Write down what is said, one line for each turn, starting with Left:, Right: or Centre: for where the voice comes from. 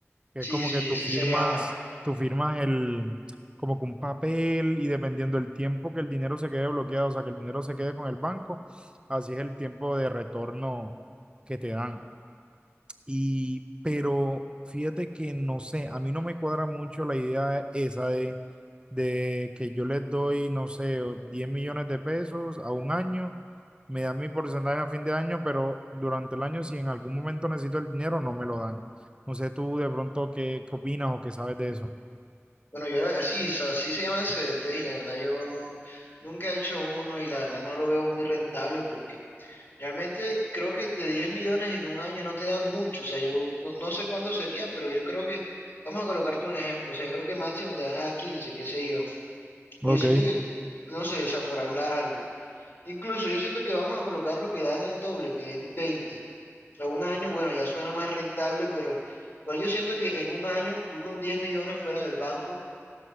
Right: que
Left: Sí,
Right: es como
Left: sí,
Right: que tú
Left: sí
Right: firmas,
Left: se llama.
Right: tú firmas el, como que un papel y dependiendo del tiempo que el dinero se quede bloqueado, o sea, que el dinero se quede con el banco, así es el tiempo de retorno que te dan. Y, pero fíjate que no sé, a mí no me cuadra mucho la idea esa de, de que yo les doy, no sé, o 10 millones de pesos a un año, me dan mi porcentaje a fin de año, pero durante el año, si en algún momento necesito el dinero, no me lo dan. No sé tú de pronto qué, qué opinas o qué sabes de eso.
Left: Bueno, yo la- sí, so- sí se llaman CDT y la verdad yo no- nunca he hecho uno y la verdad no lo veo muy rentable porque realmente creo que de 10 millones en un año no te dan mucho. O sea, yo no, no sé cuánto sería, pero yo creo que, vamos a colocarte un ejemplo, o sea, yo creo que máximo te dan a 15, qué sé yo.
Right: Ok,
Left: Y yo siento que, no sé, o sea, por hablar algo. Incluso yo siento que vamos a colocar lo que dan el doble, que den 20. A un año, bueno, ya suena más rentable, pero igual yo siento que en un año tú con 10 millones fuera del banco